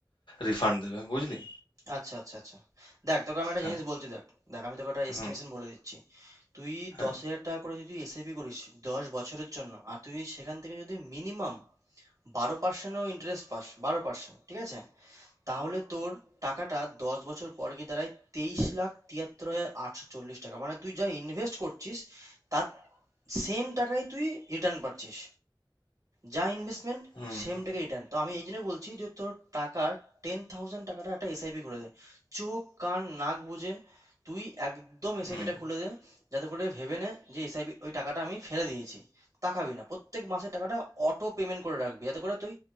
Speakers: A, on the left (about 80°); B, on the right (about 45°).
A: রিফান্ড দেবে বুঝলি?
B: আচ্ছা আচ্ছা আচ্ছা দেখ তোকে আমি একটা
A: হ্যাঁ,
B: জিনিস বলছি দেখ দেখ আমি তোকে একটা এস্টিমেশন
A: হুম,
B: বলে দিচ্ছি তুই
A: হ্যাঁ,
B: দশ হাজার টাকা করে যদি এসআইপি করিস দশ বছরের জন্য আর তুই সেখান থেকে যদি মিনিমাম বারো পার্সেন্টও ইন্টারেস্ট পাস বারো পার্সেন্ট ঠিক আছে তাহলে তোর টাকাটা দশ বছর পর গিয়ে দাঁড়ায় তেইশ লাখ তিয়াত্তর হাজার আটশো চল্লিশ টাকা মানে তুই যা ইনভেস্ট করছিস তার সেম টাকাই তুই রিটার্ন পাচ্ছিস যা ইনভেস্টমেন্ট
A: হুম,
B: সেম
A: হুম,
B: টাকা রিটার্ন তো আমি এই জন্য বলছি যে তোর টাকার টেন থাউজেন্ড টাকাটা একটা এসআইপি খুলে দে চোখ কান নাক বুঝে তুই একদম এসআইপিটা
A: হুম,
B: খুলে দে যাতে করে ভেবে নে যে এসআইপি ওই টাকাটা আমি ফেলে দিয়েছি তাকাবি না প্রত্যেক মাসে টাকাটা অটো পেমেন্ট করে রাখবি যাতে করে তুই